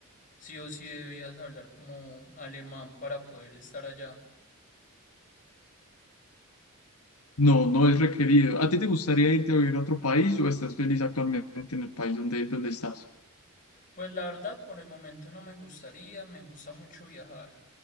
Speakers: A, on the left; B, on the left.
A: sí o sí debías hablar como alemán para poder estar allá.
B: No, no es requerido. ¿A ti te gustaría irte a vivir a otro país o estás feliz actualmente en el país donde, donde estás?
A: Pues la verdad, por el momento no me gustaría, me gusta mucho viajar.